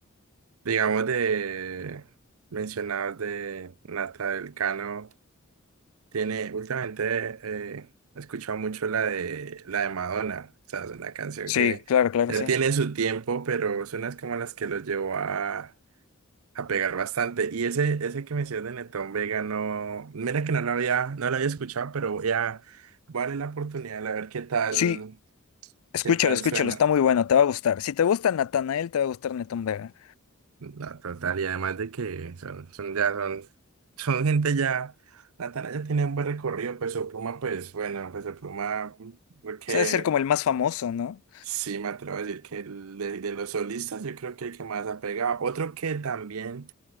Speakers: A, on the right (about 80°); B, on the left (about 80°).
A: Digamos de mencionados de Nata del Cano, tiene últimamente eh, he escuchado mucho la de la de Madonna, o sea, es una canción
B: Sí,
A: que
B: claro, claro,
A: ya
B: sí.
A: tiene su tiempo, pero es unas como las que lo llevó a a pegar bastante. Y ese, ese que mencionas de Netón Vega, no, mira que no lo había, no lo había escuchado, pero voy a darle la oportunidad a ver qué tal,
B: Sí, Escúchalo,
A: qué tal
B: escúchalo,
A: suena.
B: está muy bueno, te va a gustar. Si te gusta Natanael, te va a gustar Netón Vega.
A: La total, y además de que son, son ya son, son gente ya, Natana ya tiene un buen recorrido, Peso Pluma, pues bueno, Peso Pluma, porque
B: O sea, debe ser como el más famoso, ¿no?
A: sí me atrevo a decir que el de, de los solistas yo creo que el que más ha pegado. Otro que también